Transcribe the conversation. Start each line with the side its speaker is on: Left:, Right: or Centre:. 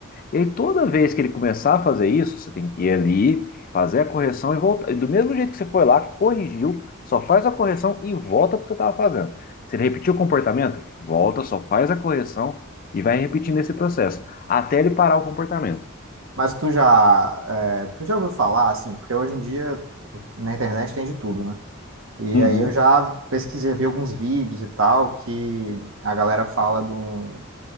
Left: E aí, toda vez que ele começar a fazer isso, você tem que ir ali, fazer a correção e voltar. E do mesmo jeito que você foi lá, corrigiu, só faz a correção e volta para o que você estava fazendo. Se ele repetiu o comportamento, volta, só faz a correção e vai repetindo esse processo, até ele parar o comportamento.
Right: Mas tu já, é, tu já ouviu falar, assim, porque hoje em dia na internet tem de tudo, né? E
Left: Uhum.
Right: aí eu já pesquisei, vi alguns vídeos e tal, que a galera fala de um-